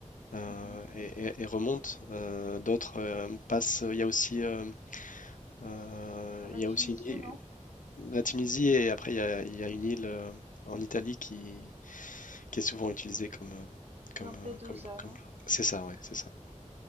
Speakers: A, on the left (about 80°); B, on the right (about 50°).
A: euh,
B: Mhm.
A: et, et- et remontent. euh, d'autres euh, passent. Il y a aussi, euh, euh,
B: Par la
A: il
B: Tunisie,
A: y a aussi une île-
B: non?
A: la Tunisie et après il y a, il y a une île euh, en Italie qui, qui est souvent utilisée comme, euh, comme,
B: Lampedusa,
A: euh, comme, comme-
B: non?
A: C'est ça, ouais, c'est ça.